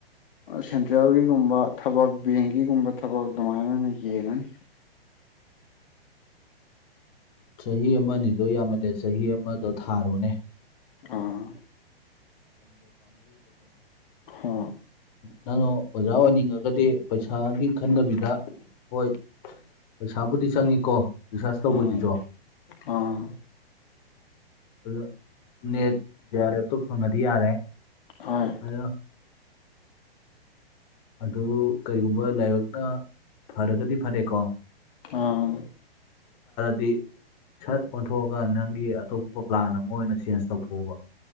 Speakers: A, on the left (about 60°); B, on the left (about 45°).
A: ꯁꯦꯟꯇ꯭ꯔꯦꯜꯒꯤꯒꯨꯝꯕ ꯊꯕꯛ ꯕꯦꯡꯀꯤꯒꯨꯝꯕ ꯊꯕꯛ ꯑꯗꯨꯃꯥꯏꯅ ꯑꯣꯏꯅ ꯌꯦꯡꯉꯅꯤ <unintelligible>
B: ꯆꯍꯤ ꯑꯃꯅꯤꯅꯤꯗꯣ ꯌꯥꯝꯃꯜꯂꯦ ꯆꯍꯤ ꯑꯃꯗꯣ ꯊꯥꯔꯣꯅꯦ
A: ꯑꯥ ꯍꯣꯏ ꯎꯝ
B: ꯅ ꯑꯣꯖꯕꯅꯤꯉ ꯒꯗꯤ ꯄꯩꯁꯥꯒꯤ ꯈꯟꯗꯕꯤꯗ ꯍꯣꯏ ꯄꯩꯁꯥꯕꯨꯗꯤ ꯆꯪꯉꯤꯀꯣ ꯔꯤꯁꯥꯔꯁ ꯇꯧꯕꯁꯤꯁꯨ
A: ꯎꯝ ꯑꯥ
B: ꯑꯗꯨ ꯅꯦꯠꯁꯦ ꯂꯦꯞꯇꯣꯞ ꯐꯪꯉꯗꯤ ꯌꯥꯔꯦ
A: ꯍꯣꯏ
B: ꯑꯗꯨꯅ ꯑꯗꯨ ꯀꯩꯒꯨꯝꯕ ꯂꯥꯏꯕꯛꯅ ꯐꯔꯒꯗꯤ ꯐꯅꯩꯀꯣ
A: ꯑꯥ
B: ꯗꯤ ꯁꯠ ꯑꯣꯟꯊꯣꯛꯑꯒ ꯅꯪꯒꯤ ꯑꯇꯣꯞꯄ ꯄ꯭ꯂꯥꯟ ꯑꯃ ꯑꯣꯏꯅ ꯆꯦꯟꯖ ꯇꯧꯊꯣꯛꯎꯕ